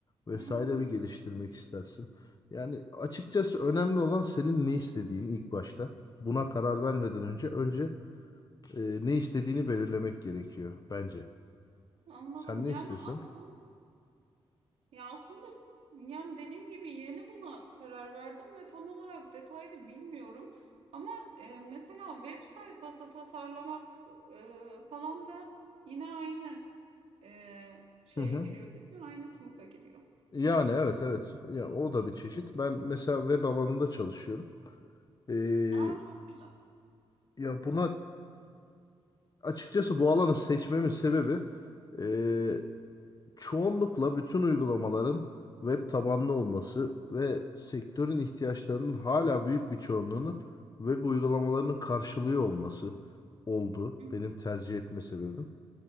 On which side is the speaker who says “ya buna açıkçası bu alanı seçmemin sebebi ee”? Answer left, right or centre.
Left